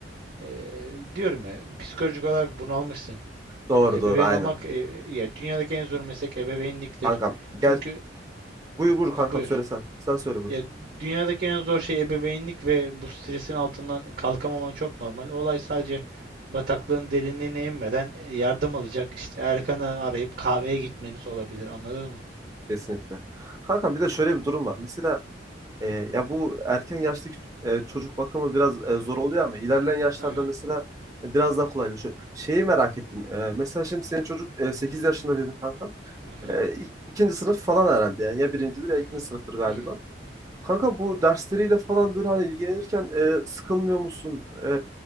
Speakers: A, on the right (about 55°); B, on the right (about 20°).
A: ee, diyorum ya psikolojik olarak bunalmışsın.
B: Doğru
A: Ee, ebeveyn
B: doğru aynen.
A: olmak ee, ya dünyadaki en zor meslek ebeveynliktir.
B: Kankam gel
A: Çünkü
B: buyur buyur
A: ha
B: kankam
A: buyur.
B: söylesen. Sen söyle buyur.
A: Ya dünyadaki en zor şey ebeveynlik ve bu stresin altından kalkamaman çok normal. Olay sadece bataklığın derinliğine inmeden e, yardım alacak. İşte Erkan'ı arayıp kahveye gitmeniz olabilir. Anladın mı?
B: Kesinlikle. Kankam bir de şöyle bir durum var. Mesela E, ya bu erken yaştaki e, çocuk bakımı biraz e, zor oluyor ama ilerleyen yaşlarda
A: Hı hı
B: mesela e, biraz daha kolaylaşıyor. Şeyi merak ettim. E, mesela şimdi senin çocuk e, 8 yaşında dedin kankam.
A: hı hı
B: E, ik- ikinci sınıf falan herhalde yani. Ya birincidir ya
A: hı hı
B: ikinci sınıftır galiba.
A: hı hı.
B: Kanka bu dersleriyle falan böyle hani ilgilenirken e, sıkılmıyor musun? E,